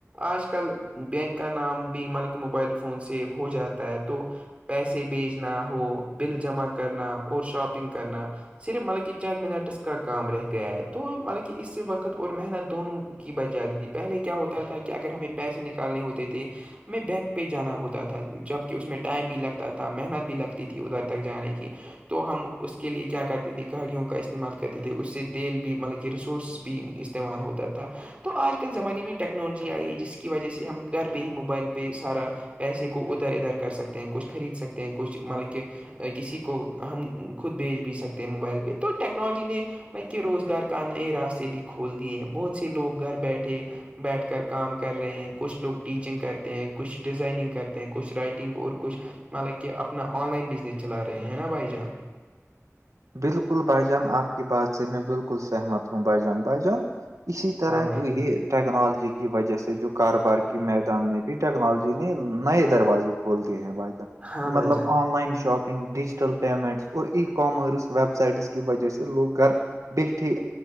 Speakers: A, on the right (about 25°); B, on the right (about 85°).
A: آج کل بینک کا نام بھی مطلب کہ موبائل فون سے ہو جاتا ہے تو پیسے بھیجنا ہو بل جمع کرنا اور شاپنگ کرنا صرف مطلب کہ چند منٹس کا کام رہ گیا ہے تو مطلب کہ اس وقت اور محنت دونوں کی بچ جاتی تھی پہلے کی ہوتا تھا کہ اگر ہمیں پیسے نکالنے ہوتے تھے ہمیں بینک پہ جانا ہوتا تھا جبکہ اس میں ٹائم بھی لگتا تھا محنت بھی لگتی تھی ادھر تک جانے کی تو ہم اس کے لیے کیا کرتے تھے گھڑیوں کے کا استعمال کرتے تھے اس سے تیل بھی مطلب کہ ریسورس بھی استعمال ہوتا تھا تو آج کل زمانے میں ٹیکنالوجی آئی ہے جس کی وجہ سے ہم گھر پہ ہی موبائل پہ سارا پیسے کو ادھر ادھر کر سکتے ہیں کچھ خرید سکتے ہیں کچھ مطلب کہ کسی کو ہم خود بھیج بھی سکتے ہیں موبائل پہ تو ٹیکنالوجی نے بلک کہ روزگار کا نئے راستے بھی کھول دیے ہیں بہت سے لوگ گھر بیٹھے بیٹھ کر کام کر رہے ہیں کچھ لوگ ٹیچنگ کرتے ہیں کچھ ڈیزائننگ کرتے ہیں کچھ رائٹنگ اور کچھ مطلب کہ اپنا آن لائن بزنس چلا رہے ہیں نا بھائی جان
B: بالکل بائی جان آپ کی بات سے میں بالکل سہمت ہوں بائی جان بائی جان اسی طرح
A: ہاں بھائی
B: جو
A: جان
B: یہ ٹیکنالوجی کی وجہ سے جو کاروبار کی میدان میں بھی ٹیکنالوجی نے نئے دروازے کھولتی ہیں بھائی جان
A: ہاں بھائی
B: مطلب
A: جان
B: online shopping digital payments اور ای کامرس ویب سائٹس کی وجہ سے لوگ گھر بیٹھے